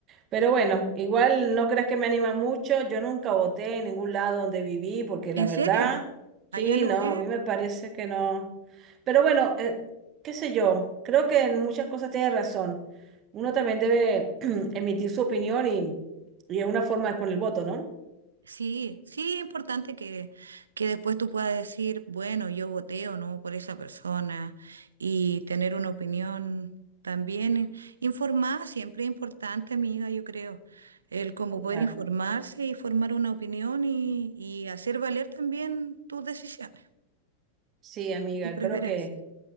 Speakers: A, on the right (about 30°); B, on the right (about 70°).
A: Pero bueno, igual no creas que me anima mucho. Yo nunca voté en ningún lado donde viví, porque
B: ¿En
A: la verdad,
B: serio?
A: sí,
B: Allá no
A: no,
B: es.
A: a mí me parece que no. Pero bueno, eh, qué sé yo, creo que en muchas cosas tienes razón. Uno también debe <clears throat> emitir su opinión y, y es una forma con el voto, ¿no?
B: Sí, sí, es importante que, que después tú puedas decir, bueno, yo voté o no por esa persona y tener una opinión también informada, siempre es importante, amiga, yo creo, el cómo poder
A: Claro.
B: informarse y formar una opinión y, y hacer valer también tus decisiones,
A: Sí, amiga,
B: tus preferencias.
A: creo que